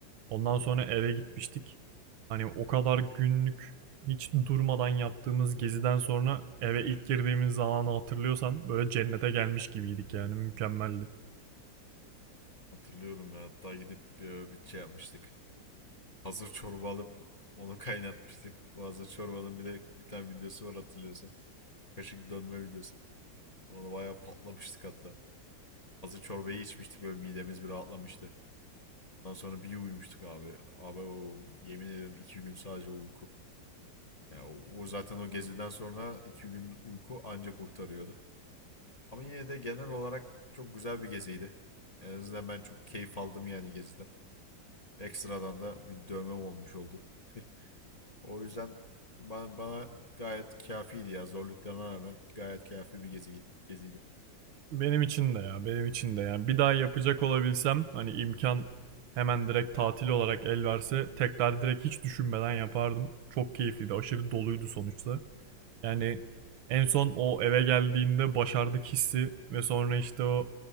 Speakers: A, on the right; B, on the left.
A: Ondan sonra eve gitmiştik. Hani o kadar günlük hiç durmadan yaptığımız geziden sonra eve ilk girdiğimiz zamanı hatırlıyorsan böyle cennete gelmiş gibiydik yani mükemmeldi.
B: Hatırlıyorum ya. Hatta gidip e, bir şey yapmıştık. Hazır çorba alıp onu <laughs> kaynatmıştık. Bu hazır çorbanın bir de bir tane videosu var hatırlıyorsan. Kaşık dönme videosu. Ona bayağı patlamıştık hatta. Hazır çorbayı içmiştik böyle midemiz bir rahatlamıştı. Ondan sonra bir uyumuştuk abi. Abi o yemin ederim iki gün sadece uyku. Ya o, o zaten o geziden sonra iki gün uyku anca kurtarıyordu. Ama yine de genel olarak çok güzel bir geziydi. En azından ben çok keyif aldım yani geziden. Ekstradan da bir dövmem olmuş oldu. <laughs> O yüzden bana, bana gayet kâfiydi ya. Zorluklarına rağmen gayet kâfi bir geziydi. geziydi.
A: Benim için de ya, benim için de yani bir daha yapacak olabilsem hani imkan hemen direkt tatil olarak el verse tekrar direkt hiç düşünmeden yapardım. Çok keyifliydi, aşırı doluydu sonuçta. Yani en son o eve geldiğinde başardık hissi ve sonra işte o